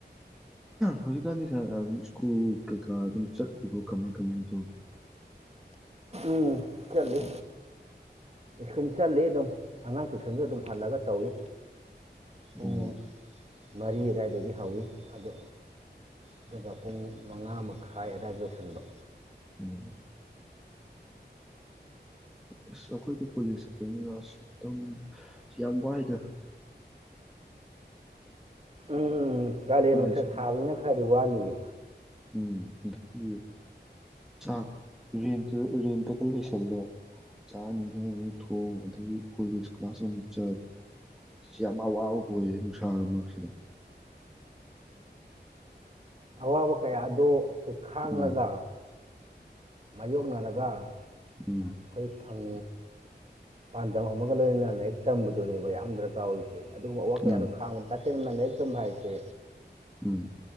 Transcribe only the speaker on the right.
ꯎꯝ ꯆꯠꯂꯤ ꯁ꯭ꯀꯨꯜ ꯆꯠꯂꯤ ꯑꯗꯨꯝ ꯑꯉꯥꯡ ꯇ꯭ꯨꯏꯁꯟꯁꯨ ꯑꯗꯨꯝ ꯍꯜꯂꯒ ꯇꯧꯏ ꯄꯨꯡ
ꯃꯔꯤ ꯑꯗꯥꯏꯗꯒꯤ ꯍꯧꯋꯤ ꯑꯗꯣ ꯑꯗꯨꯒ ꯄꯨꯡ ꯃꯉꯥ ꯃꯈꯥꯏ ꯑꯗꯨꯋꯥꯏꯗ ꯂꯣꯏꯁꯤꯟꯕ
ꯎꯝ ꯎꯝ ꯀꯥꯂꯦꯟ
ꯅꯨꯡꯁꯥ ꯁꯥꯕꯅꯤꯅ ꯈꯔꯗꯤ ꯋꯥꯅꯤ ꯎꯦ
ꯑꯋꯥꯕ ꯀꯌꯥꯗꯣ ꯑꯩꯈꯣꯏ ꯈꯥꯡꯉꯒ
ꯃꯥꯌꯣꯛꯅꯔꯒ ꯑꯩꯈꯣꯏ
ꯊꯝ ꯄꯥꯟꯗꯝ ꯑꯃꯒ ꯂꯣꯏꯅꯅ ꯂꯥꯏꯔꯤꯛ ꯇꯝꯕꯗꯨꯅꯦꯕ ꯌꯥꯝ ꯗꯔꯀꯥꯔ ꯑꯣꯏ ꯑꯦ ꯑꯗꯨꯒꯨꯝꯕ ꯋꯥ ꯀꯌꯥꯗꯣ
ꯈꯥꯡꯕ ꯇꯥ ꯁꯦꯡꯅ ꯂꯥꯏꯔꯤꯛ ꯇꯝꯕ ꯍꯥꯏꯁꯦ